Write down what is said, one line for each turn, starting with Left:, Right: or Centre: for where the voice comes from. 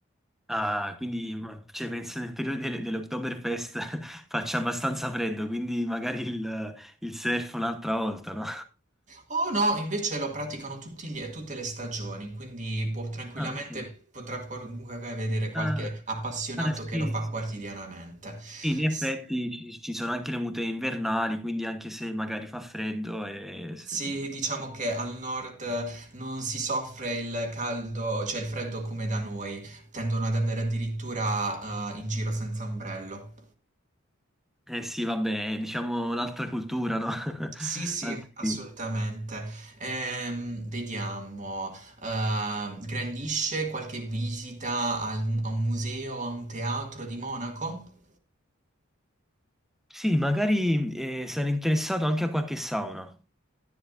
Centre: ah, quindi ma- cioè, penso nel periodo del- dell'Oktoberfest <laughs> faccia abbastanza freddo, quindi magari il, il surf un'altra volta, no?
Right: Oh no, invece lo praticano tutti gli- tutte le stagioni, quindi può tranquillamente,
Centre: Ah, ok.
Right: potrà comunque vedere qualche
Centre: Ah,
Right: appassionato
Centre: ah, sì,
Right: che lo fa
Centre: sì,
Right: quotidianamente. S-
Centre: Sì, in effetti ci, ci sono anche le mute invernali, quindi anche se magari fa freddo e... se-
Right: Sì, diciamo che al nord eh, non si soffre il caldo, cioè il freddo come da noi, tendono ad andare addirittura eh, in giro senza ombrello.
Centre: Eh sì, vabbè, diciamo un'altra cultura, no? <laughs>
Right: Sì, sì,
Centre: Altri-
Right: assolutamente. Ehm, vediamo, eh, grandisce qualche visita al- a un museo, a un teatro di Monaco?
Centre: Sì, magari eh, sarei interessato anche a qualche sauna.